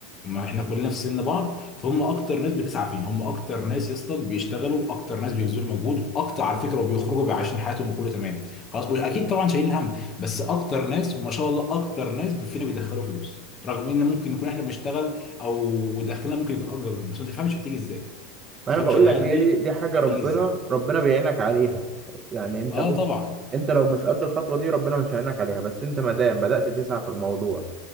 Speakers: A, on the left (about 30°); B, on the right (about 25°).
A: ما احنا كلنا في سن بعض فهم اكتر ناس بتسعى فينا هم اكتر ناس يا اسطى بيشتغلوا اكتر ناس بيبذلوا مجهود واكتر على فكره وبيخرجوا بيعيشوا حياتهم وكله تمام خلاص واكيد طبعا شايلين هم بس اكتر ناس وما شاء الله اكتر ناس فينا بيدخلوا فلوس رغم ان ممكن نكون احنا بنشتغل او دخلنا ممكن يكون اكبر منه بس ما تفهمش بتيجي ازاي
B: ما
A: ما
B: انا
A: تفهمش
B: بقول
A: العيال
B: لك هي
A: دي
B: دي دي حاجه ربنا
A: بتيجي ازاي
B: ربنا بيعينك عليها يعني انت
A: اه
B: بص
A: طبعا
B: انت لو مش قد الخطوه دي ربنا مش هيعينك عليها بس انت ما دام بدات تسعى في الموضوع